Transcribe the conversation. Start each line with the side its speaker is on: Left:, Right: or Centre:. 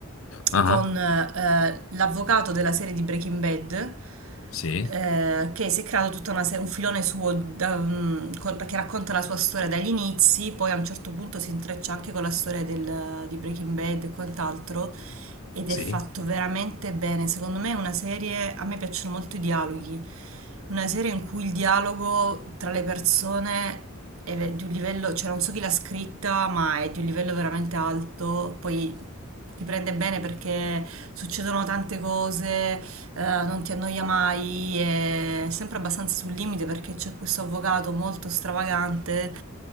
Left: Ah,
Right: con eh, l'avvocato della serie di Breaking Bad,
Left: sì,
Right: eh, che si è creato tutta una serie, un filone suo da- mm, con- che racconta la sua storia dagli inizi, poi a un certo punto si intreccia anche con la storia del- di Breaking Bad e quant'altro, ed
Left: sì.
Right: è fatto veramente bene. Secondo me è una serie, a me piacciono molto i dialoghi. Una serie in cui il dialogo tra le persone è ve- di un livello, cioè non so chi l'ha scritta, ma è di un livello veramente alto. Poi ti prende bene perché succedono tante cose, eh, non ti annoia mai, è sempre abbastanza sul limite perché c'è questo avvocato molto stravagante